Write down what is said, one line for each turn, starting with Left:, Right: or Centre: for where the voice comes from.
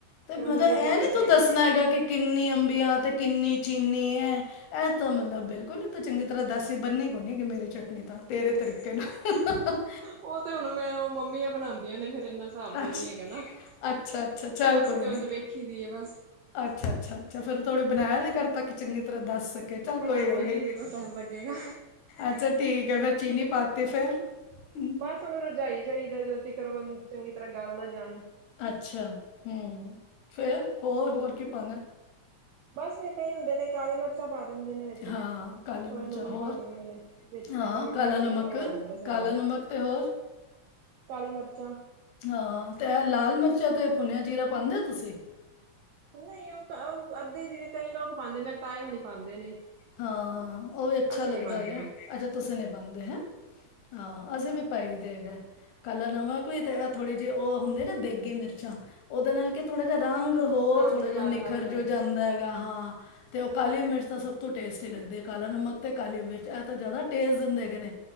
Left: ਤੇ ਮਤਲਬ
Right: ਉਹਨੂੰ ਰਜਾਈ
Left: ਇਹ ਨੀ
Right: ਜਾਈਦਾ
Left: ਤੂੰ ਦੱਸਣਾ ਹੈਗਾ। ਕਿ ਕਿੰਨੀ ਅੰਬੀਆਂ ਤੇ, ਕਿੰਨੀ ਚੀਨੀ ਹੈ ਇਹ ਤਾਂ, ਮਤਲਬ ਬਿਲਕੁਲ ਹੀ ਤਾਂ ਚੰ, ਗੀ ਤਰ੍ਹਾਂ ਦਸ ਹੀ ਬਣਨੀ ਕੋਨੀਗੀ ਮੇਰੀ ਚਟਨੀ ਤਾਂ ਤੇਰੇ ਤਰੀਕੇ ਨਾ
Right: ਉਹ ਤੇ ਹੁਣ ਮੈਂ, ਉਹ ਮੰਮੀਆਂ ਬਣਾਉਂਦੀਆਂ ਨੇ, ਫਿਰ ਇਨਾ ਹਿਸਾਬ ਕੋ
Left: ਕੋਈ
Right: ਨੀ ਹੈਗਾ।
Left: ਨਹੀਂ ਹੈਗਾ ਨਾ ਅੱਛਾ-ਅੱਛਾ ਚੱਲ ਕੋਈ
Right: ਅਸੀਂ ਤੇ,
Left: ਨੀ।
Right: ਉੰਝ ਵੇਖੀ ਦੀ ਹੈ ਬਸ
Left: ਅੱਛਾ-ਅੱਛਾ-ਅੱਛਾ ਫਿਰ ਥੋੜੇ ਬਣਾਇਆ ਘਰ ਤੱਕ ਚੰਗੀ ਤਰ੍ਹਾਂ ਦੱਸ ਚੱਲ
Right: ਬਣਾਵਾਂਗੇ
Left: ਕੋਈ ਗੱਲ ਨੀ
Right: ਜਦੋਂ ਟਾਈਮ ਲੱਗੇਗਾ।
Left: ਅੱਜ ਠੀਕ ਚੀਨੀ ਪਾਤੀ ਫਿਰ ਹੂੰ
Right: ਬਸ ਹੁਣ ਰਜਾਈ ਜਾਈਦਾ ਜਦ ਤੀਕਰ ਚੰਗੀ ਤਰਾਂ ਗੱਲ ਨਾ, ਜਾਣ
Left: ਅੱਛਾ ਹੂੰ ਫੇਰ ਹੋਰ, ਹੋਰ ਕੀ ਪਾਉਣਾ
Right: ਬਸ ਫਿਰ ਕਈ ਹੁੰਦੇ ਨੇ, ਕਾਲੀ ਮਿਰਚਾਂ ਪਾ, ਦਿੰਦੇ ਨੇ ਵਿੱਚ
Left: ਹਾਂ ਕਾਲੀ ਮਿਰਚਾਂ
Right: ਥੋੜ੍ਹਾ ਲੂਣ
Left: ਹੋਰ
Right: ਪਾ ਦਿੰਦੇ ਨੇ, ਵਿੱਚ
Left: ਹਾਂ
Right: ਖੱਟਾ ਮਿੱਠਾ
Left: ਕਾਲਾ
Right: ਜਿਹਾ ਟੇਸਟ
Left: ਨਮਕ
Right: ਉਹ ਆ ਜਾਂਦਾ ਸਵਾਦ।
Left: ਕਾਲਾ ਨਮਕ ਤੇ ਹੋਰ
Right: ਕਾਲੀ ਮਿਰਚਾਂ
Left: ਹਾਂ ਅਤੇ ਇਹ ਲਾਲ ਮਿਰਚਾਂ ਅਤੇ, ਭੁੰਨਿਆ ਜੀਰਾ ਪਾਉਂਦੇ ਹੋ ਤੁਸੀਂ
Right: ਨਹੀਂ ਉਹ ਅੱਧੇ ਜਿਵੇਂ ਕਈ ਲੋਕ ਪਾਉਂਦੇ ਮੇਰੇ ਤਾਏ ਹੋਣੀ ਪਾਉਂਦੇ ਨੇ,
Left: ਹਾਂ ਉਹ ਵੀ ਅੱਛਾ
Right: ਅਸੀਂ
Left: ਲੱਗਦਾ
Right: ਨੀ ਪਾਉਂਦੇ
Left: ਹੈਗਾ
Right: ਉਹ।
Left: ਅੱਛਾ ਤੁਸੀਂ ਨੀ ਪਾਉਂਦੇ ਹੈ ਹਹ ਅਸੀਂ ਵੀ ਪਾਈ ਦੇ ਹੈਗਾ ਕੱਲਰ ਨਵਾ ਵੀ ਤੇ ਥੋੜ੍ਹੇ ਜਿਹੇ ਉਹ ਹੁੰਦੇ ਨਾ, ਦੇਗੇ ਮਿਰਚਾਂ ਉਹਦੇ ਨਾਲ ਕਿ ਥੋੜ੍ਹਾ ਜਿਹਾ ਰੰਗ ਹੋਰ
Right: ਰੰਗ
Left: ਥੋੜ੍ਹਾ ਜਿਹਾ
Right: ਲਾਲ
Left: ਨਿਖਰ
Right: ਲਾਲ
Left: ਜੋ,
Right: ਹੋ
Left: ਜਾਂਦਾ
Right: ਹੈ
Left: ਹੈਗਾ ਹਾਂ! ਉਹ ਕਾਲੀ ਮਿਰਚ ਤਾਂ ਸਭ ਟੇਸਟ ਦਿੰਦੇ ਹੈ ਕਾਲਾ ਨਮਕ ਤੇ, ਕਾਲੀ ਮਿਰਚ ਇਹ ਤਾਂ ਜ਼ਿਆਦਾ ਟੇਸਟ ਦਿੰਦੇ ਗ ਨੇ